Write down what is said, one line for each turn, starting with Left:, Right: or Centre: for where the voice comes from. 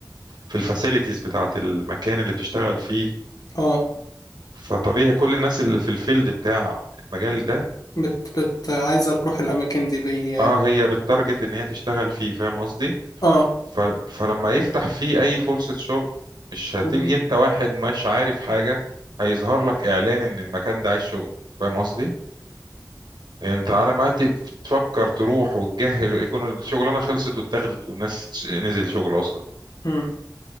Right: في الفاسيلتيز بتاعه المكان اللي بتشتغل فيه
Left: اه
Right: فطبيعي كل الناس اللي في الفيلد بتاع المجال ده
Left: بت بت عايزة تروح الأماكن دي بي اه
Right: اه هي بتارجت ان هي تشتغل فيه فاهم قصدي
Left: آه.
Right: ف... فلما يفتح فيه اي فرصة شغل مش هتيجي
Left: مم.
Right: انت واحد مش عارف حاجة هيظهر لك اعلان ان المكان ده عايز شغل فاهم قصدي يعني انت على ما تب- تفكر تروح وتجهز يكون الشغلانه خلصت واتاخدت والناس نزل شغل اصلا
Left: مم.